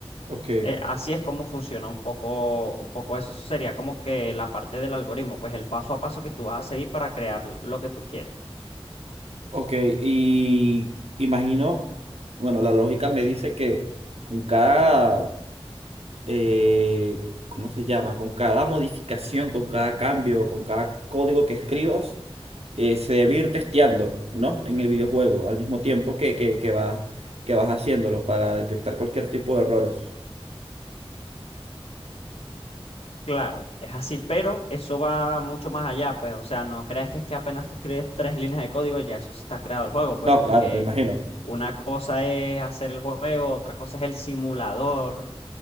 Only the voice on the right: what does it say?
ok,
ok. Y imagino, bueno, la lógica me dice que con cada eh, ¿cómo se llama? Con cada modificación, con cada cambio, con cada código que escribas, eh, se debe ir testeando, ¿no? En el videojuego, al mismo tiempo que, que, que vas, que vas haciéndolo para detectar cualquier tipo de errores.
No,
claro, me imagino.